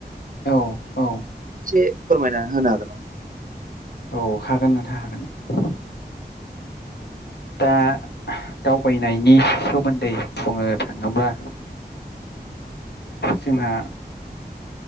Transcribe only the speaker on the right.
एसे फोरमायना होनो हागोन नामा?